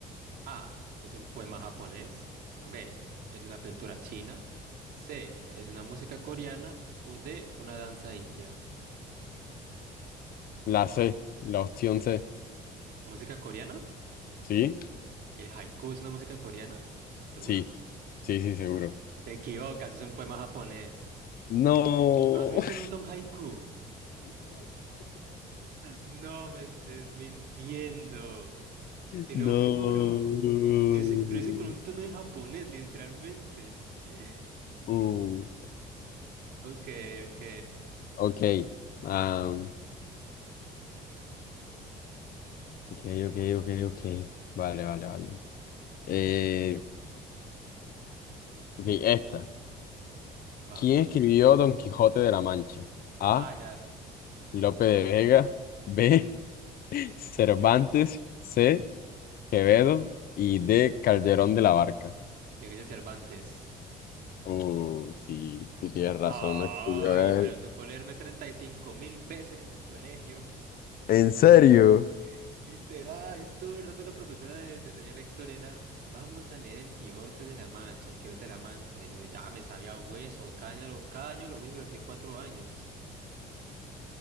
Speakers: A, on the right; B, on the left.
A: A. Es un poema japonés. B. Es una pintura china. C. Es una música coreana. O D. Una danza india.
B: La C, la opción C.
A: ¿Música coreana?
B: ¿Sí?
A: ¿El haiku es una música coreana? ¿Seguro?
B: Sí. Sí, sí, seguro.
A: Te equivocas, es un poema japonés.
B: No.
A: ¿No has visto
B: <laughs>
A: nunca un haiku? <laughs> No me estés mintiendo. Te
B: No.
A: lo juro.
B: No.
A: Y, y te, dice te lo hice con un tono de japonés, literalmente. <laughs>
B: Mm,
A: Ok, ok.
B: ok. ah ok, ok, ok, ok. Vale, vale, vale. Eh, ok, esta.
A: Va.
B: ¿Quién escribió Don Quijote de la Mancha? A.
A: Ah, ya.
B: Lope de Vega. B. <laughs> Cervantes. C. Quevedo. Y D. Calderón de la Barca.
A: Miguel de Cervantes.
B: Uh, sí, sí tienes razón,
A: Ay,
B: no escribió
A: me
B: él.
A: lo tocó leerme 35 mil veces en el colegio.
B: ¿En serio?
A: <laughs> Literal, todo el rato la profesora de, de taller lector era, vamos a leer el Quijote de la Mancha, el Quijote de la Mancha. Y yo ya me sabía hueso, cada año, lo- cada año lo mismo durante cuatro años.